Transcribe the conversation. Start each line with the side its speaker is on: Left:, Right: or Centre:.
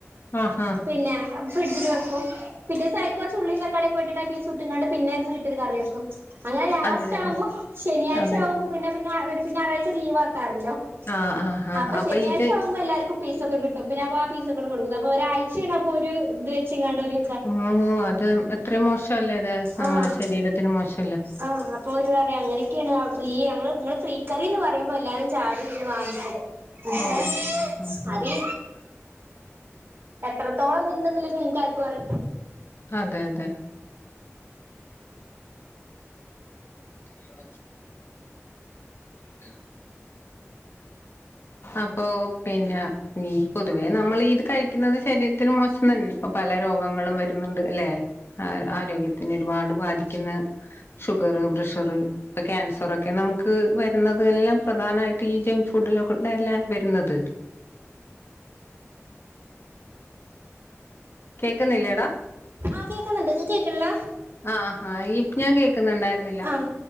Left: ആഹാ
Right: പിന്നെ ഫ്രിഡ്ജിൽ വെക്കും. പിറ്റേസം അയ്ക്ക് കൊറ്ച്ച് ഉള്ളീ തക്കാളിം ഒക്കട്ടിട്ട് ആ പീസുട്ട്ക്കാണ്ട് പിന്നെ ഒരു നീട്ടൽ കറിയാക്കും. അങ്ങനെ ലാസ്റ്റ്
Left: അതെ
Right: ആവുമ്പോ
Left: അതെ
Right: ശനിയാഴ്ച
Left: അതെ
Right: ആവുമ്പോ പിന്നെ പിന്നെ അവര് പിന്നെ ഞായറാഴ്ച ലീവാക്കാരല്ലോ.
Left: ആ ആ ആ
Right: അപ്പൊ ശനിയാഴ്ച
Left: ഇത്
Right: ആവുമ്പോ എല്ലാർക്കും പീ. സൊക്കെ കിട്ടും. പിന്ന അപ്പൊ ആ പീസ് ഒക്കെണ്ട് കൊടുക്കുംന്ന്. അപ്പൊ ഒരാഴ്ചേണ് അപ്പോ ഒരു ഇത് വെച്ച്ങ്ങാണ്ട് ഓര്
Left: ഓഹ് അത് എത്രയും മോശല്ലേ അത് നമ്മുടെ
Right: ആഹ്
Left: ശരീരത്തിന് മോശം.
Right: ആഹ് അത് ഓര് പറയ അങ്ങനൊക്കെയാണ് ഫ്രീ നമ്മള് നിങ്ങൾ ഫ്രീ കറി എന്ന് പറയുമ്പോ എല്ലാരും ചാടീ വീണ് വാങ്ങിക്കും. പക്ഷെ
Left: ഓ ഓ ആഹ് ആഹ് ആഹ്
Right: അതീ എത്രത്തോളം ത്ണ്ട്ന്ന്ള്ളത് നിക്കാർക്കും അറിയി
Left: അതെ അതെ. <inaudible> അതാണ്. അപ്പൊ പിന്നെ. മ് പൊതുവേ നമ്മളീത് കഴിക്കുന്നത് ശരീരത്തിന് മോശം തന്നെ ഇപ്പൊ പല രോഗങ്ങളും വരുന്നുണ്ട് അല്ലേ ആ ആരോഗ്യത്തിന് ഒരുപാട് ബാധിക്കുന്ന ഷുഗറ് പ്രഷറ്. ഇപ്പൊ ക്യാൻസറൊക്കെ നമുക്ക് വരുന്നത് എല്ലാം പ്രധാനമായിട്ട് ഈ ജങ്ക് ഫുഡിലൊ ന്നല്ലേ വരുന്നത്. കേൾക്കുന്നില്ലേടാ.
Right: ആഹ് കേക്കുന്നുണ്ട് നിങ്ങക്ക് കേൾക്ക്ണില്ല.
Left: ആഹ് ഹാ ഈ ഞാൻ കേൾക്കുന്നുണ്ടായിരുന്നില്ല.
Right: ആഹ്